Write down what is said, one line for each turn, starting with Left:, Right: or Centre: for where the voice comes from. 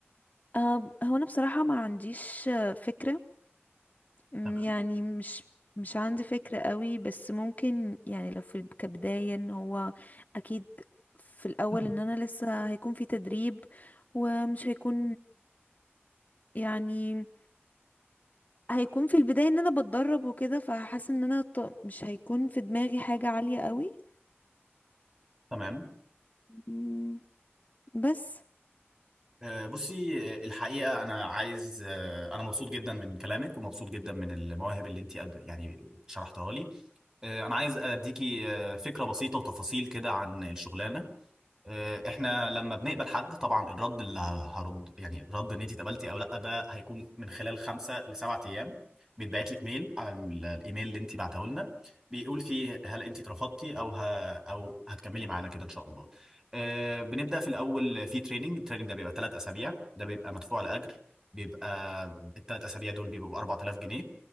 Left: آه، هو انا بصراحة ما عنديش آه، فكرة أمم،
Right: تمام
Left: يعني مش مش عندي فكرة قوي بس ممكن يعني لو في الب- كبداية ان هو اكيد في الاول
Right: <clears throat>
Left: ان انا لسه هيكون في تدريب ومش هيكون يعني هيكون في البداية ان انا بتدرب وكده فحاسة ان انا ط- مش هيكون في دماغي حاجة عالية قوي
Right: تمام
Left: أمم، بس
Right: آه، بصي آه، الحقيقة أنا عايز آه، أنا مبسوط جدا من كلامك ومبسوط جدا من المواهب اللي أنت قد- يعني شرحتها لي آه، أنا عايز أديكي آه، فكرة بسيطة وتفاصيل كده عن الشغلانة آه، احنا لما بنقبل حد طبعا الرد اللي هرد يعني الرد ان انت اتقبلتي او لا ده هيكون من خلال خمسه لسبعة ايام بيتبعت لك ميل على ال- الايميل اللي انت بعته لنا بيقول فيه هل انت اترفضتي او ه... او هتكملي معانا كده ان شاء الله آه، بنبدا في الاول في تريننج التريننج ده بيبقى ثلاث اسابيع ده بيبقى مدفوع لاجر بيبقى الثلاث اسابيع دول بيبقوا 4000 جنيه